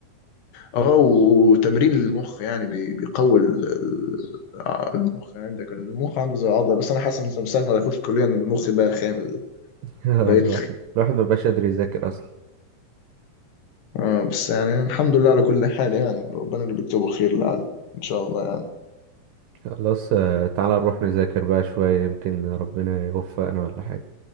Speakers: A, on the left; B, on the right.
A: اه وتمرين المخ يعني بي- بيقوي ال- ال- المخ يعني عندك المخ عندي زي العضله بس انا حاسس ان من ساعه ما دخلت الكليه ان المخ بقى خامل
B: <laughs> الواحد
A: بقيت
B: الواحد ما بقاش قادر يذاكر اصلا
A: اه بس يعني الحمد لله على كل حال يعني ربنا اللي بيكتبه خير لعل ان شاء الله يعني
B: خلاص آه، تعالى نروح نذاكر بقى شوية يمكن ربنا يوفقنا ولا حاجة